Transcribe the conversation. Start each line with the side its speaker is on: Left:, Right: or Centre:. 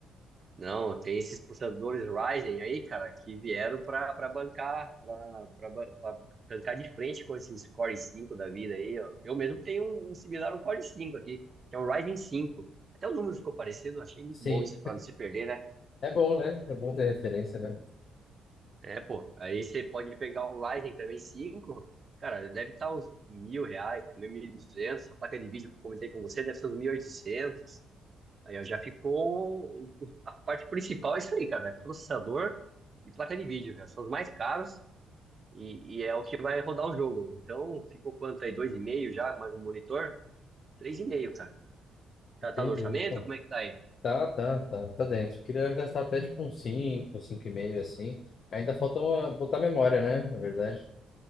Right: Não, tem esses processadores Ryzen aí, cara, que vieram para para bancar, para para bancar de frente com esses Core 5 da vida aí, ó. Eu mesmo tenho um, um similar, um Core 5 aqui, que é um Ryzen cinco Até o número ficou parecido, achei muito
Left: Sim.
Right: bom isso para não se perder, né?
Left: É bom, né? É bom ter referência, né?
Right: É, pô. Aí você pode pegar um Ryzen também cinco cara, deve estar uns mil reais, também mil e duzentos A placa de vídeo que eu comentei com você deve ser uns mil e oitocentos Aí ó, já ficou. o- A parte principal é isso aí, cara. É processador e placa de vídeo, cara. São os mais caros e, e é o que vai rodar o jogo. Então, ficou quanto aí? dois e meio já, mais um monitor? três e meio, cara. Tá,
Left: Entendi.
Right: tá no orçamento?
Left: Bom,
Right: Como é que tá aí?
Left: tá, tá, tá, tá dentro. Eu queria gastar até tipo uns cinco, cinco e meio assim. Ainda falta uma- botar memória, né? Na verdade.